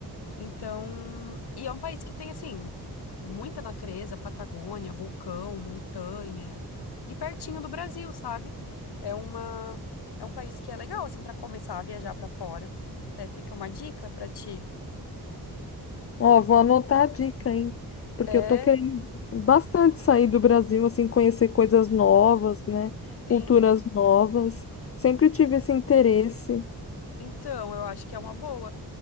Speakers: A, on the left; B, on the left.
A: Então, e é um país que tem, assim, muita natureza, Patagônia, vulcão, montanha, e pertinho do Brasil, sabe? É uma, é um país que é legal, assim, para começar a viajar para fora. Até fica uma dica para ti.
B: Ó, vou anotar a dica, hein? Porque
A: É,
B: eu tô querendo bastante sair do Brasil, assim, conhecer coisas novas, né? Culturas
A: sim.
B: novas. Sempre tive esse interesse.
A: Então, eu acho que é uma boa.